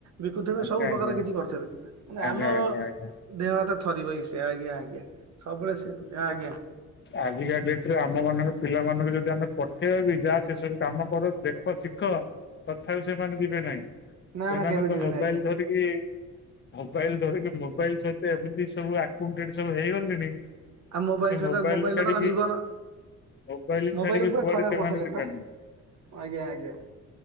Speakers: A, on the right (about 60°); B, on the left (about 40°).
A: ବିକୁଥିବେ
B: ଆଜ୍ଞା
A: ସବୁ
B: ଆଜ୍ଞା
A: ପ୍ରକାର କିଛି କରିଥିବେ ମାନେ
B: ଆଜ୍ଞା
A: ଆମର
B: ଆଜ୍ଞା ଆଜ୍ଞା
A: ଦେହ ହାତ ଥରିବ ବି ସେଇଆ ଆଜ୍ଞା ଆଜ୍ଞା ସବୁବେଳେ ସେ ଆଜ୍ଞା।
B: ଆଜିକା ଡେଟ୍ ରେ ଆମ ମାନଙ୍କ ପିଲାମାନଙ୍କୁ ଯଦି ଆମେ ପଠେଇବା ବି ଯାଆ ସେ ସବୁ କାମ କର ଦେଖ ସିଖ ତଥାପି ସେମାନେ ଯିବେ ନାହିଁ
A: ନା
B: ସେମାନେ
A: ନା କେବେ
B: ତ
A: ଯିବେନି
B: ମୋବାଇଲ୍
A: ଆଜ୍ଞା
B: ଧରିକି କି ମୋବାଇଲ୍ ଧରିକି ମୋବାଇଲ୍ ସହିତ ଏମିତି ସବୁ ଆକୁଟେଡ୍ ସବୁ ହେଇଗଲେଣି
A: ଆଉ ମୋବାଇଲ୍
B: ସେ
A: ସହିତ
B: ମୋବାଇଲ
A: ମୋବାଇଲ୍
B: ଛାଡିକି
A: ତ ତାଙ୍କ ଜୀବନ।
B: ମୋବାଇଲ
A: ମୋବାଇଲ୍
B: ଛାଡିକି
A: କୁ‌ ପୁରା
B: କୁଆଡେ
A: ଖରାପ୍
B: ସେମାନେ
A: କରିସାରିଲେଣି
B: ଯିବେନି
A: ପା ଆଜ୍ଞା ଆଜ୍ଞା।